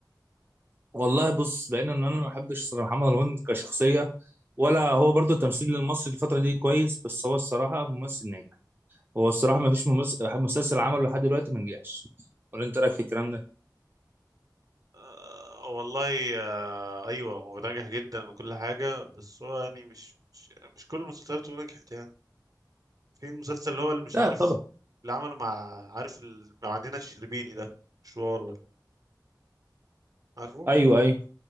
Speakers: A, on the right; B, on the right.
A: والله بص بقينا ان انا ما بحبش صراحة محمد رمضان كشخصية ولا هو برضو التمثيل المصري الفترة دي كويس بس هو الصراحة ممثل ناجح هو الصراحة ما فيش ممثل مسلسل عمله لحد دلوقتي ما نجحش ولا انت رايك في الكلام ده
B: آه، والله آه، ايوه هو ناجح جدا وكل حاجه بس هو يعني مش مش, مش كل المسلسلات نجحت يعني في المسلسل اللي هو اللي مش
A: لا
B: عارف
A: طبعا
B: اللي عمله مع عارف ال- مع دينا الشربيني ده مشوار ولا عارفه
A: ايوه ايوه